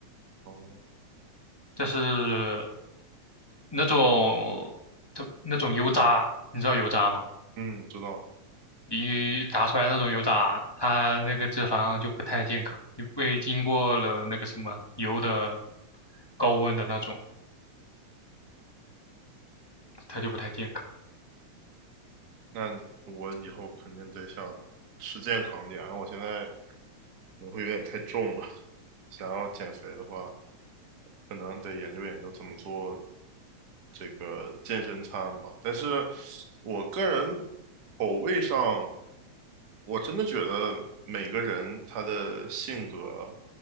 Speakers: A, on the right; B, on the left.
A: 哦，
B: 但是那种，它那种油渣，你知道油渣吗？
A: 嗯，知道。
B: 你炸出来那种油渣，它那个脂肪就不太健康，因为经过了那个什么油的高温的那种，它就不太健康。
A: 那我以后肯定得想吃健康点，我现在可能会有点太重了，想要减肥的话。可能得研究研究怎么做这个健身餐吧。但是我个人口味上，我真的觉得每个人他的性格